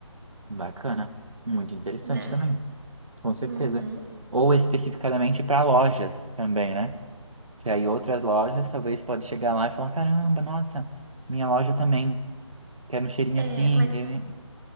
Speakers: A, on the right; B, on the right.
A: Bacana, muito interessante
B: né?
A: também, com certeza.
B: Uhum.
A: Ou especificadamente para lojas também, né? Que aí outras lojas talvez pode chegar lá e falar, caramba, nossa, minha loja também quer um cheirinho
B: É,
A: assim,
B: mas
A: né?